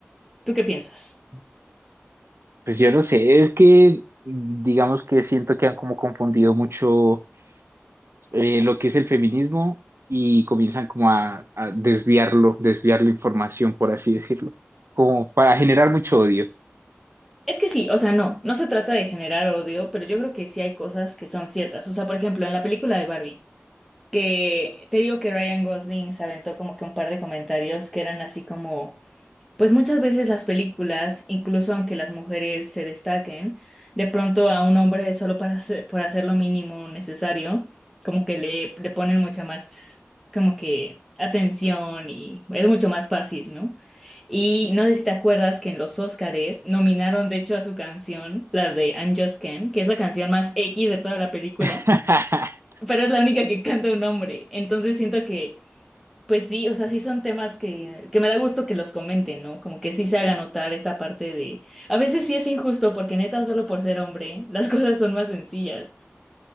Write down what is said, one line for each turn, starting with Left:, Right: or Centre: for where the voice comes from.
Centre: ¿Tú qué piensas?
Right: Pues yo no sé, es que digamos que siento que han como confundido mucho eh, lo que es el feminismo y comienzan como a, a desviarlo, desviar la información, por así decirlo, como para generar mucho odio.
Centre: Es que sí, o sea, no, no se trata de generar odio, pero yo creo que sí hay cosas que son ciertas. O sea, por ejemplo, en la película de Barbie. que te digo que Ryan Gosling se aventó como que un par de comentarios que eran así como, pues muchas veces las películas, incluso aunque las mujeres se destaquen, de pronto a un hombre solo para hacer, por hacer lo mínimo necesario, como que le, le ponen mucha más, como que atención y es mucho más fácil, ¿no? Y no sé si te acuerdas que en los Óscares nominaron de hecho a su canción, la de I'm Just Ken, que es la canción más X de toda la película
Right: <laughs>
Centre: pero es la única que canta un hombre. Entonces siento que, pues sí, o sea, sí son temas que, que me da gusto que los comenten, ¿no? Como que sí se haga notar esta parte de, a veces sí es injusto porque neta, solo por ser hombre, <laughs> las cosas son más sencillas.